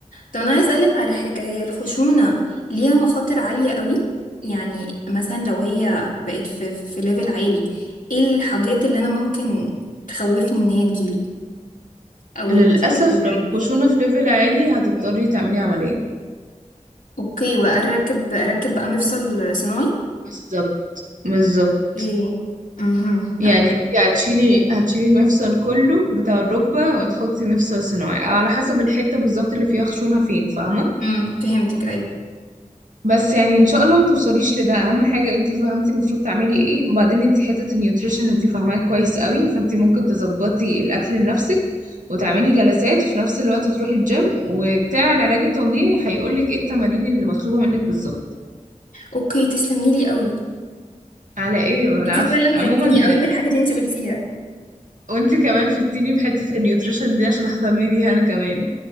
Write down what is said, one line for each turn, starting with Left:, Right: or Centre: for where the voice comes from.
Left: طب انا عايز اسالك على حاجه هي الخشونه ليها مخاطر عاليه قوي يعني مثلا لو هي بقت في في ليفل عالي ايه الحاجات اللي انا ممكن تخوفني ان هي تجيلي او
Right: للأسف
Left: المشاكل بتاعتها
Right: لو الخشونة في ليفل عالي هتضطري
Left: مم.
Right: تعملي عملية
Left: اوكي واركب اركب بقى مفصل صناعي
Right: بالظبط بالظبط
Left: ايه امم لا
Right: يعني انت هتشيلي هتشيلي المفصل كله بتاع الركبة وتحطي مفصل صناعي أو على حسب الحتة بالظبط اللي فيها خشونة فين فاهمة؟
Left: امم فهمتك اي
Right: بس يعني ان شاء الله ما توصليش لده اهم حاجه انت فهمتي المفروض تعملي ايه وبعدين انت حته النيوتريشن انت فاهماه كويس قوي فانت ممكن تظبطي الاكل لنفسك وتعملي جلسات في نفس الوقت تروحي الجيم وبتاع العلاج الطبيعي هيقولك ايه التمارين اللي مطلوبه منك بالظبط
Left: اوكي تسلمي لي قوي
Right: على ايه العفو
Left: انت فعلا
Right: عموما
Left: فدتيني قوي بالحاجات اللي انت قلتيها
Right: وانت كمان فدتيني بحته النيوتريشن دي عشان اهتم بيها انا كمان